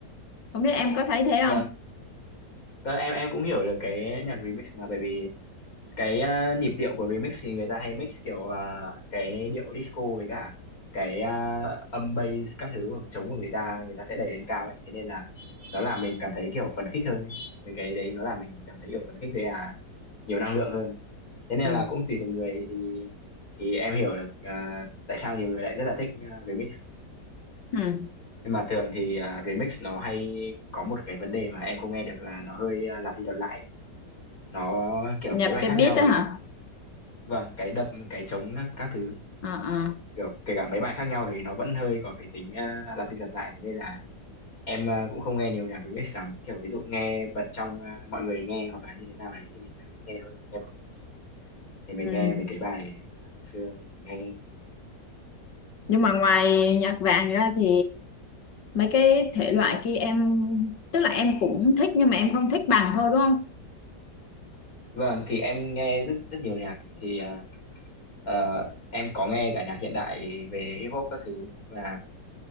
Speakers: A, on the left; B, on the left.
A: không biết em có thấy thế không
B: Vâng, vâng em em cũng hiểu được cái nhạc remix mà bởi vì cái à, nhịp điệu của remix thì người ta hay mix kiểu à, cái điệu disco với cả cái à, âm bass các thứ của trống của người ta người ta sẽ đẩy lên cao ấy, thế nên là nó làm mình cảm thấy kiểu phấn khích hơn ấy. Mấy cái đấy nó làm mình cảm thấy kiểu phấn khích với à, nhiều năng lượng hơn. Thế nên
A: ừ.
B: là cũng tùy từng người thì thì em hiểu được à, tại sao nhiều người lại rất là thích uh, remix
A: Ừ.
B: nhưng mà thường thì à, remix nó hay có một cái vấn đề mà em không nghe được là nó hơi à, lặp đi lặp lại nó kiểu
A: nhập
B: mấy bài
A: cái
B: khác
A: beat
B: nhau
A: đó
B: thì
A: hả
B: nó vâng cái đập cái trống các các thứ
A: ờ ờ
B: kiểu kể cả mấy bài khác nhau thì nó vẫn hơi có cái tính à, lặp đi lặp lại thế nên là em à, cũng không nghe nhiều nhạc remix lắm kiểu ví dụ nghe bật trong à, mọi người nghe hoặc là như thế nào đấy thì mình mới nghe thôi Còn nghe một mình thì thì mình
A: ừ.
B: nghe mấy cái bài à, xưa mình hay nghe
A: nhưng mà ngoài nhạc vàng ra thì mấy cái thể loại kia em tức là em cũng thích nhưng mà em không thích bằng thôi đúng không
B: Vâng, thì em nghe rất rất nhiều nhạc thì à, ờ, em có nghe cả nhạc hiện đại về hip hop các thứ và